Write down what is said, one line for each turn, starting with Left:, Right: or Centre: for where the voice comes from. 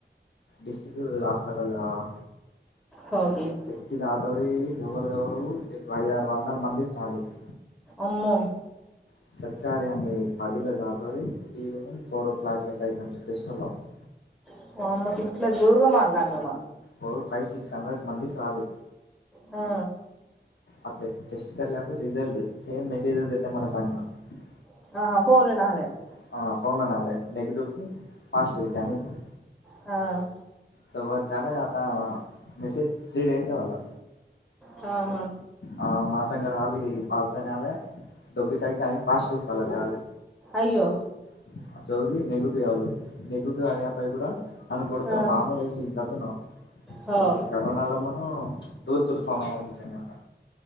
Left: डिस्ट्रिक हॉस्पिटल जावावा.
Centre: होगे <unintelligible>
Left: तेती जाादवरी धोर धोरू एक आदार वंदर मंदिर राली <unintelligible>
Centre: आम्मो <unintelligible>
Left: <unintelligible>
Centre: <unintelligible>
Left: हो फाईव्ह सिक्स हंड्रेड मंदीस आले
Centre: हा
Left: आता टेस्ट करल्याप रिझल्ट ते मेसेज ते मला सांगा <unintelligible>
Centre: <unintelligible>
Left: <unintelligible>
Centre: हा..
Left: त वर चले आता मेसेज थ्री डेस आहे वाला
Centre: हा हा
Left: हा माझं संग राहीले पाच जण आलाय. धबे काय का पाच दिवस आले ते आले.
Centre: अयो,
Left: <unintelligible> <unintelligible>
Centre: हा हो
Left: ग करोना ल म्हण दूर दूर तणाम म्हली च नाहीता